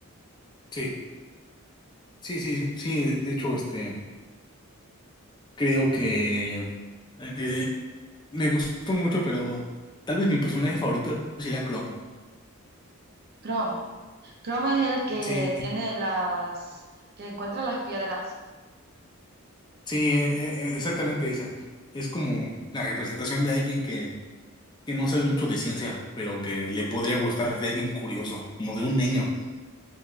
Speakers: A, on the left; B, on the right.
A: sí, sí, sí, sí. De hecho, este, creo que eh, Me gustó mucho, pero tal vez mi personaje favorito sería Chrome.
B: Chrome. Chrome es el que
A: Sí,
B: tiene las, que encuentra las piedras.
A: sí, e- e- e- exactamente esa. Es como la representación de alguien que, que no sabe mucho de ciencia, pero que le podría gustar de alguien curioso, como de un niño.